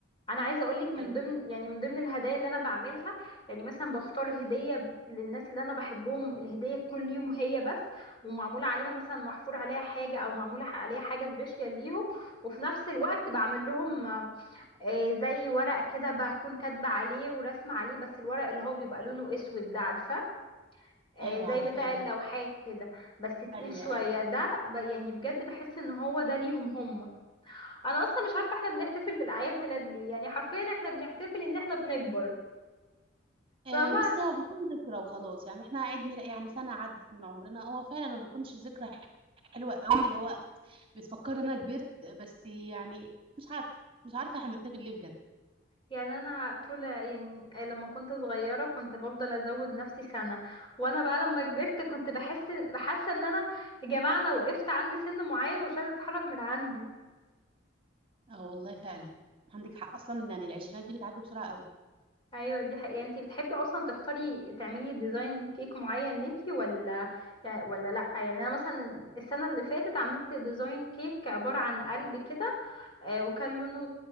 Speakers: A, on the left (about 25°); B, on the right (about 30°).
A: انا عايزة اقولك من
B: ايوه
A: ضمن يعني من ضمن الهدايا اللي انا بعملها يعني مثلا بختار هدية للناس اللي انا بحبهم الهدية تكون ليهم هي بس ومعمولة عليها مثلا محفور عليها حاجة او معمولة عليها حاجة سبيشال ليهم وفي نفس الوقت بعمل لهم آه، زي ورق كده بكون كاتبة عليه ورسمة عليه بس الورق اللي هو بيبقى لونه اسود ده عارفة آه،
B: ايوه
A: زي
B: عارفاه
A: بتاع
B: ده
A: اللوحات كده بس تقيل
B: ايوه
A: شوية
B: ايوه
A: ده ب- يعني بجد بحس ان هو ده ليهم هم انا اصلا مش عارفة احنا بنحتفل بالاعياد ميلاد ليه يعني حرفيا احنا بنحتفل ان احنا بنكبر
B: آه
A: فما
B: بص هو بيكون ذكرى وخلاص يعني احنا عدنا يعني سنة عدت من عمرنا هو فعلا ما بيكونش ذكرى حلوة قوي اللي هو بتفكر إن انا كبرت بس يعني مش عارفه مش عارفه احنا بنحتفل ليه بجد
A: يعني انا طول يعني لما كنت صغيرة كنت بفضل ازود نفسي سنة وانا بقى لما كبرت كنت بحس بحس ان انا يا جماعة انا وقفت عند سن معين ومش عايزة اتحرك من عنده
B: اه والله فعلا عندك حق اصلا يعني العشرينات دي بتعدي بسرعه قوي
A: ايوه دي حقيقة انتي بتحبي اصلا تختاري تعملي ديزاين كيك معين ليكي ولا ولا لا يعني انا مثلا السنة اللي فاتت عملت ديزاين كيك عبارة عن قلب كده آه، وكان لونه